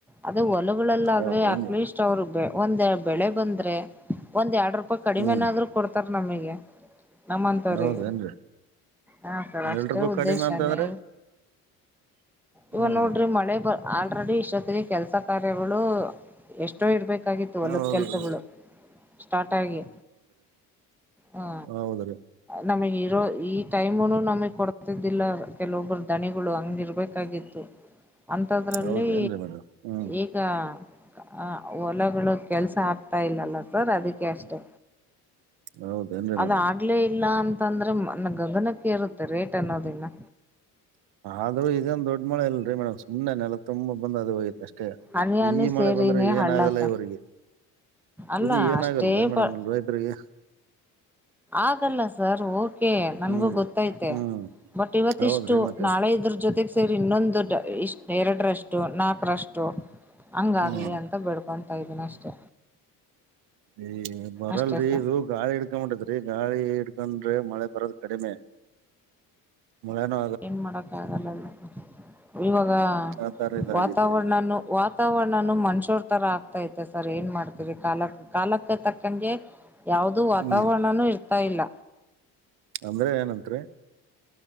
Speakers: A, in the centre; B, on the right.
A: ಅದೇ ಹೊಲಗಳಲ್ಲಾದ್ರೆ
B: ಹೌದೇನ್ರಿ
A: ಅಟ್ಲೀಸ್ಟ್. ಅವ್ರ ಒಂದ ಬೆಳೆ ಬಂದ್ರೆ ಒಂದ್ ಎರಡ್ ರೂಪಾಯಿ ಕಡಿಮೆ
B: ಹ್ಮ್
A: ನಾದ್ರು ಕೊಡ್ತಾರ ನಮಿಗೆ. ನಮ್ಮಂತವ್ರಿಗೆ
B: ಹೌದೇನ್ರಿ
A: ಹ ಸರ್ ಅಷ್ಟೇ
B: ಎರಡ್ ರೂಪಾಯಿ
A: ಉದ್ದೇಶ
B: ಕಡಿಮೆ ಅಂತಂದ್ರೆ
A: ನೀ ಇವ
B: ಹ್ಮ್
A: ನೋಡ್ರಿ ಮಳೆ ಬ ಆಲ್ರೆಡಿ ಇಷ್ಟತ್ಕಿಗೆ ಕೆಲ್ಸ ಕಾರ್ಯಗಳು ಎಷ್ಟೋ ಇರ್ಬೇಕ ಕಾಗಿತ್ತು ಹೊಲದ್
B: ಹೌದ್ರಿ
A: ಕೆಲ್ಸಗಳು ಸ್ಟಾರ್ಟ್ ಆಗಿ. ಹಾ
B: ಹೌದ್ರೀ
A: ನಮಗ್ ಇರೋ ಈ ಟೈಮ್ನು ನಮಗ್ ಕೊಡ್ತಿದ್ದಿಲ್ಲ ಕೆಲವೊಬ್ಬರು ದಣಿಗಳು ಹಂಗಿರ್ಬೇಕು ಕಾಗಿತ್ತು ಅಂತದ್ರಲ್ಲಿ
B: ಹೌದೇನ್ರಿ ಮೇಡಮ್ ಹ್ಮ್
A: ಇ ಗ ಅ ಹೊಲ ಗಳ್ ಕೆಲಸ ಆಗ್ತಾ ಇಲ್ಲಲ್ಲ ಸರ್ ಅದಕ್ಕೆ ಅಷ್ಟೇ.
B: ಹೌದೇನ್ರಿ
A: ಅದ
B: ಮೇಡಮ್
A: ಆಗ್ಲೇ ಇಲ್ಲ ಅಂತಂದ್ರೆ ನ ಗಗನಕ್ಕೇರುತ್ತೆ ರೇಟ್ ಅನ್ನೋದಿನ್ನ.
B: ಆದ್ರೂ ಇದೆನ್ ದೊಡ್ಡ ಮಳೆ ಇಲ್ರಿ ಮೇಡಮ್ ಸುಮ್ನೆ ನೆಲ ತುಂಬಾ ಬಂದ ಅದ ಹೋಗೈತೆ ಅಷ್ ಟೆ
A: ಹನಿ ಹನಿ
B: ಈ ಮಳೆ
A: ಸೇರಿನೇ
B: ಬಂದ್ರೆ ಏನ
A: ಹಳ್ಳ
B: ಆಗಲ್ಲ
A: ಸರ್
B: ಇವರಿಗೆ.
A: ಅಲ್ಲ
B: ಇದು ಏನ
A: ಅಷ್ಟೇ
B: ಆಗಲ್ರಿ ಮೇಡಮ್
A: ಬ
B: ಇಲ್ ರೈತರಿಗೆ.
A: ಆಗಲ್ಲ ಸರ್ ಓಕೆ ನನ್ಗೂ
B: ಹ್ಮ್
A: ಗೊತ್ತೈತೆ
B: ಹ್ಮ್
A: ಬಟ್ ಇವತ್
B: ಹೌದ್ರಿ
A: ಇಷ್ಟು
B: ಮತ್ತೆ
A: ಇಷ್ಟು ನಾಳೆ ಇದ್ರ ಜೊತೆಗೆ ಸೇರಿ ಇನ್ನೊಂದು ಇಷ್ಟ್ ಎರಡರಷ್ಟು ನಾಕರಷ್ಟು. ಹಂಗಾಗ್ಲಿ
B: ಹ್ಮ್
A: ಅಂತ ಬೆಡ್ಕೊಂತಾ ಇದೀನಿ ಅಷ್ಟೇ.
B: ಈ ಬರಲ್ರರಿ
A: ಅಷ್ಟೇ ಸರ್
B: ಇದು ಗಾಳಿ ಹಿಡ್ಕಂಬಿಟತ್ರಿ ಗಾಳಿ ಹಿಡ್ಕೊಂಡ್ರೆ ಮಳೆ ಬರದ ಕಡಿಮೆ. ಮಳೆನು.
A: ಏನ್ ಮಾಡಕ ಆಗಲ್ಲ ಅಲ ಇವಾಗ
B: ಆತರ ಇದಾಗಿದೆ
A: ವಾತಾವರಣನು ವಾ ವಾತಾವರ್ಣನು ಮನ್ಷ್ಯರ್ ತರ ಆಗ್ತೈತೆ ಸರ್ ಏನ್ ಮಾಡ್ತರಿ ಕಾಲಕ್ಕ ಕಾಲಕ್ಕೆ ತಕ್ಕಂಗೆ. ಯಾವ್ದು ವಾತಾವರಣನೂ
B: ಹ್ಮ್
A: ಇರ್ತಾ ಇಲ್ಲ.
B: ಅಂದ್ರೆ ಏನಂತ್ರಿ.